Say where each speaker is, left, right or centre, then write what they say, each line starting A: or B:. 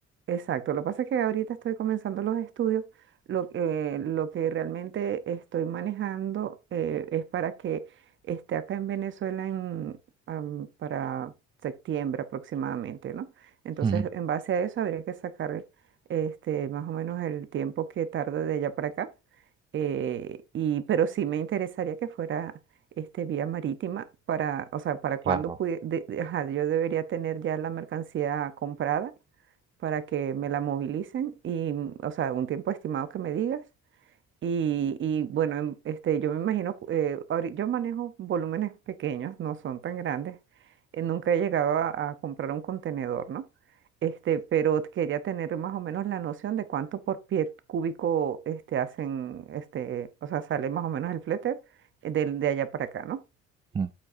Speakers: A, on the right; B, on the right.
A: exacto. Lo que pasa es que ahorita estoy comenzando los estudios. Lo, eh, lo que realmente estoy manejando eh, es para que esté acá en Venezuela en, am, para septiembre aproximadamente, ¿no? Entonces,
B: Ujú.
A: en base a eso, habría que sacar este, más o menos el tiempo que tarda de allá para acá. Eh, y, pero sí me interesaría que fuera este, vía marítima para, o sea, para
B: Claro.
A: cuándo pudi- de- de- ajá, yo debería tener ya la mercancía comprada para que me la movilicen y, mm, o sea, un tiempo estimado que me digas. Y, y, bueno, em, este, yo me imagino, cu- eh, ahori- yo manejo volúmenes pequeños, no son tan grandes. eh, nunca he llegado a, a comprar un contenedor, ¿no? Este, pero quería tener más o menos la noción de cuánto por pie cúbico este, hacen, este, o sea, sale más o menos el flete de, de allá para acá, ¿no?
B: Mm.